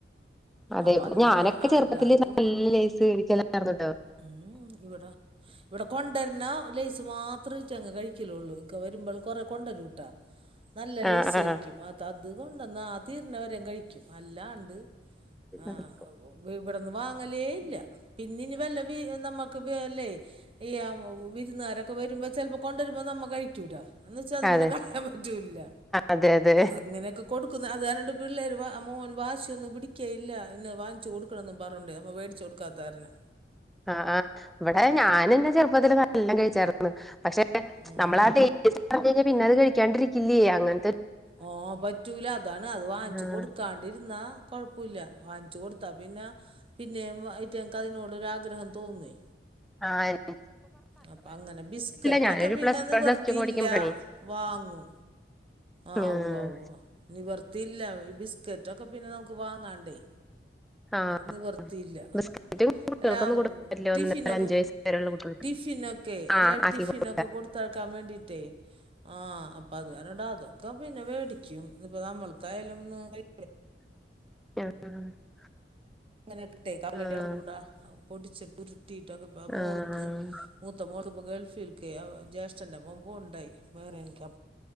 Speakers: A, in the centre; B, on the right (about 30°).
A: അതെ
B: അപ്പൊ
A: ഇവിടെ
B: അതുവരെ
A: ഞാനക്കെ
B: അല്ലാണ്ട്
A: ചെറുപ്പത്തില് നല്ല ലേസ് വേടിക്കലായിരുന്നുട്ടോ
B: ഉം ഇവിട ഇവിട കൊണ്ടരണ ലെയ്സ് മാത്രെ ഇ ചങ്ങ് കഴിക്കലുള്ളൂ ഇക്ക വരുമ്പള് കൊറേ കൊണ്ടരൂട്ടാ നല്ല ലെയ്സായിരിക്കും
A: ആഹ് ആഹ്
B: അതാ അതുകൊണ്ടന്നാ തീരണവരേം കഴിക്കും അല്ലാണ്ട് ആ
A: അതെ
B: ഒ ഇവിടൊന്നും വാങ്ങലേ ഇല്ല പിന്നെനി വല്ല ഈ എ നമ്മക്ക് വേ അല്ലേ ഈ ആം ഉ വിരുന്നുകാരക്കെ വരുമ്പൊ ചെൽപ്പോ കൊണ്ടുവരുമ്പോ നമ്മ കഴിക്കൂല എന്ന് വച്ചാ അത്
A: അതെ
B: പിന്നെ കളയാൻ പറ്റൂല്ലല്ല
A: അതെ അതെ
B: അങ്ങനെയൊക്ക കൊടുക്കുന്ന അത് ആ രണ്ട് പിള്ളേര് വാ മോൻ വാശിയൊന്നും പിടിക്കെ ഇല്ല പിന്ന് വാങ്ച്ച് കൊടുക്കണന്നും പറഞ്ഞോണ്ട് അമ്മ വേടിച്ചു കൊടുക്കാത്താരണം
A: ആ ആ ഇവിടെ ഞാനന്നെ ചെറുപ്പത്തില് നല്ലാം കഴി ചേർന്ന് പക്ഷെ
B: ഉം
A: നമ്മളാട്ടെ ടെസ് <unintelligible> കഴിഞ്ഞ പിന്നെത് കഴിക്കാണ്ടിരിക്കില്ല്യേ അങ്ങനത്തെ
B: ഓ പറ്റൂല അതാണ് അത് വാങ്ങ്ച്ചു
A: ആഹ്
B: കൊടുക്കാണ്ടിരുന്നാ കൊഴപ്പൊല്ല വാങ്ങ്‌ച്ചു കൊടുത്താ പിന്നെ പിന്നേം അയ്റ്റങ്ങ്ക്ക് അയിനോടൊരാഗ്രഹം തോന്നേ
A: ആ
B: അപ്പ അങ്ങന ബിസ്ക്കറ്റൊക്ക
A: ഞാനൊരു
B: പിന്നെ
A: പ്ലസ്
B: നിവർത്തിയില്ല
A: വൺ പ്ലസ് ടു ഒക്കെ പഠിക്കുമ്പഴാണേ
B: വാങ്ങും ആ
A: ആഹ്
B: ഉവ്വ ഉവ്വ നിവർ തില്ല ഈ ബിസ്ക്കറ്റൊക്കെ പിന്നെ നമുക്ക് വാങ്ങാണ്ടേ
A: ആഹ്
B: നിവർത്തിയില്ല
A: ബിസ്ക്കറ്റ് കുട്ടികൾക്കൊന്നും
B: എല്ലാ
A: കൊടുക്കാൻ പറ്റില്ല
B: ടിഫിനൊക്ക
A: ഒന്നര അഞ്ച് വയസ്സ് വരെയുള്ള കുട്ടികൾക്ക്
B: ടിഫിനൊക്കെ
A: ആഹ്
B: എല്ലാ
A: ആക്കി
B: ടിഫിനൊക്ക
A: കൊടു
B: കൊടുത്താക്കാൻ വേണ്ടീട്ടേ ആ അപ്പൊ അത് കാരണട അതൊക്കെ പിന്നെ വേടി ക്കും ഇതിപ്പ നമ്മൾക്കായല്ന്ന് കഴി
A: <unintelligible>
B: ങ്ങനെ തിട്ടേ കാടലന്റെക്കെ
A: ആഹ്
B: കൂട പൊടിച്ച കുരു ക്കപ്പോ മോള്ക്ക്
A: ആഹ്
B: മൂത്ത മോൾ പ്പം ഗൾഫിൽക്കേ അ ജ്യേഷ്ഠന്റെ മോൻ പോവ്ണ്ടായി ബഹറെൻക്കെ